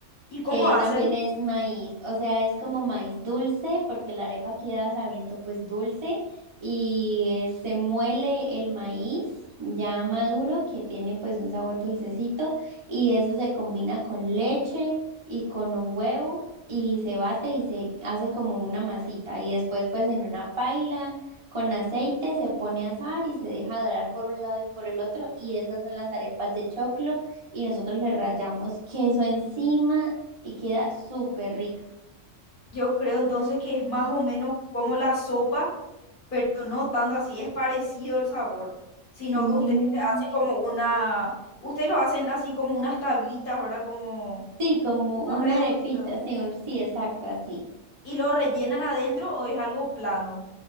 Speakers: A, on the left (about 40°); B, on the right (about 25°).
A: ¿Y cómo
B: que
A: hacen?
B: también es maíz, o sea, es como maíz dulce, porque la arepa queda sabiendo pues dulce y eh, se muele el maíz ya maduro que tiene pues un sabor dulcecito y eso se combina con leche y con un huevo y se bate y se hace como una masita y después pues en una paila con aceite se pone a asar y se deja dorar por un lado y por el otro y esas son las arepas de choclo y nosotros le rallamos queso encima y queda súper rica.
A: Yo creo entonces que es más o menos como la sopa, pero no tanto así, es parecido el sabor, sino
B: Mm,
A: que ustedes le hacen como una, ustedes lo hacen así como unas tablitas, ¿verdad? Como
B: Sí, como
A: unos
B: una
A: redonditos.
B: arepita, sí, un- sí, exacto, así.
A: ¿Y lo rellenan adentro o es algo plano?